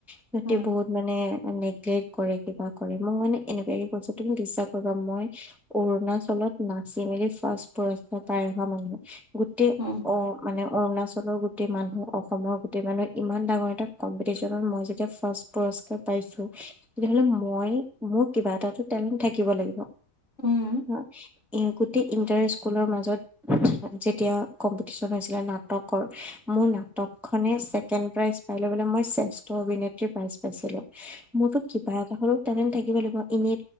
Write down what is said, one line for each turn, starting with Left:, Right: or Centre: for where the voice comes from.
Centre: সিহঁতি
Left: উম,
Centre: বহুত। মানে নেগলেট কৰে কিবা কৰে মোক মানে এনেকুৱাকে কৈছো তুমি বিশ্বাস কৰিবা মই। অৰুণাচলত নাচি মেলি ফাৰ্ষ্ট পাইজ পায় অহা মানুহে গোটেই
Left: উম।
Centre: অহ। মানে অৰুণাচলৰ গোটেই মানুহ অসমৰ গোটেই মানুহ ইমান ডাঙৰ এটা কম্পিটিশ্যন হয় মই যেতিয়া ফাৰ্ষ্ট। পুৰস্কাৰ পাইছো তেতিয়াহলে মই মোৰ কিবা এটা টেলেণ্ট থাকিব লাগিব।
Left: উম
Centre: হয় এই গোটেই ইণ্টাৰেষ্ট। স্কুলৰ মাজত যেতিয়া কম্পিটিচন হৈছিলে নাটকৰ। মোৰ নাটকখনে ছেকেণ্ড প্ৰাইজ পায় লৈ মানে মই শ্ৰেষ্ঠ অভিনেত্ৰী প্ৰাইজ পাইছিলোঁ। মোৰ তো কি কিবা হলো তেলেণ্ট থাকিব লাগিব এনেই